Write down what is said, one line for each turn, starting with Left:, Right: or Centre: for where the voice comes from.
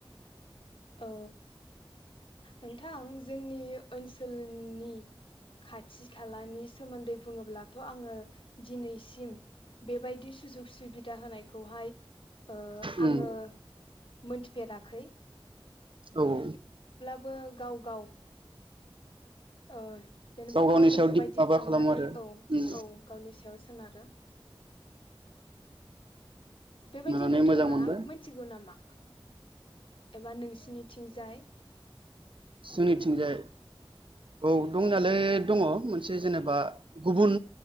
Left: औ नोंथां जोंनि ओनसोलनि खाथि खालानि सोमोन्दै बुङोब्लाथ' आङो दिनैसिम बेबायदि सुजुग सुबिदा होनायखौहाय ओ
Right: उम
Left: आङो मोनथिफेराखै।
Right: औ औ।
Left: बो गाव गाव ओ जेनेबा
Right: गावनि
Left: गाव गोसो
Right: सायाव दिप
Left: बायदि
Right: माबा
Left: थांनानै
Right: खालामो आरो
Left: औ
Right: उम
Left: औ गावनि सायाव सोनारो। <unintelligible> बेबायदि
Right: खोनानानै
Left: नोंथाङा
Right: मोजां मोनबाय
Left: मिथिगौ नामा? एबा नोंसिनिथिंजाय
Right: जोंनि थिंजाय औ दंनायालाय दङ मोनसे जेनेबा गुबुन